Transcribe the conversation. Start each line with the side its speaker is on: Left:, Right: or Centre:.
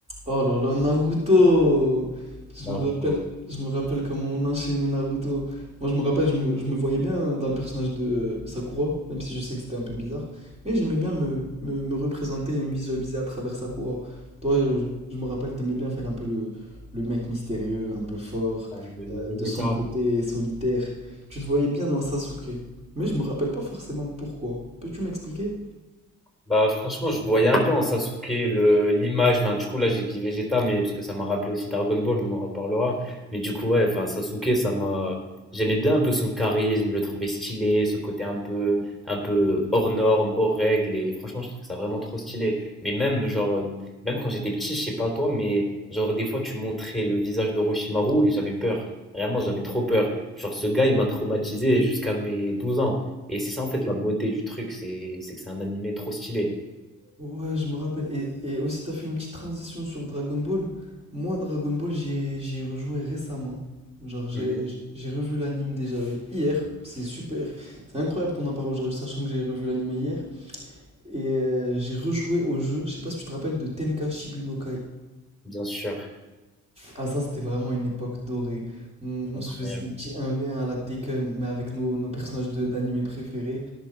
Right: Oh là là, Naruto! Je
Centre: Naruto.
Right: me rappelle, je me rappelle comment on enchaînait Naruto. Moi, je me rappelle, je me, je me voyais bien dans le personnage de euh, Sakura, même si je sais que c'était un peu bizarre. Mais j'aimais bien me, me, me représenter et me visualiser à travers Sakura. Toi, je, je- me rappelle, t'aimais bien faire un peu le, le mec mystérieux, un peu fort,
Centre: Ah, le- le
Right: euh,
Centre: Vegeta.
Right: de son côté solitaire. Tu te voyais bien dans Sasuke. Mais je me rappelle pas forcément pourquoi. Peux-tu m'expliquer?
Centre: Bah franchement, je voyais un peu en Sasuke le l'image. Enfin, du coup là, j'ai dit Vegeta, mais parce que ça m'a rappelé aussi Dragon Ball, on en reparlera. Mais du coup, ouais, enfin Sasuke, ça m'a. J'aimais bien un peu son charisme, je le trouvais stylé, ce côté un peu, un peu hors norme, hors règles. Et franchement, je trouve ça vraiment trop stylé. Mais même genre, même quand j'étais petit, je sais pas toi, mais genre des fois tu montrais le visage d'Orochimaru et j'avais peur. Vraiment, j'avais trop peur. Genre ce gars, il m'a traumatisé jusqu'à mes 12 ans. Et c'est ça en fait la beauté du truc, c'est c'est que c'est un animé trop stylé.
Right: Ouais, je me rappelle. Et, et aussi, t'as fait une petite transition sur Dragon Ball. Moi, Dragon Ball, j'y ai, j'y ai rejoué récemment. Genre, j'ai,
Centre: Mhm.
Right: j'ai j'ai revu l'anime déjà hier. C'est super. C'est incroyable qu'on en parle aujourd'hui, sachant que j'ai revu l'anime hier. Et euh, j'ai rejoué au jeu. Je sais pas si tu te rappelles de Tenka Shibudokai.
Centre: Bien sûr,
Right: Ah, ça, c'était vraiment une époque dorée. On, on
Centre: incroyable.
Right: se faisait des petits 1v1 à la Tekken, mais avec nos, nos personnages de, d'anime préférés.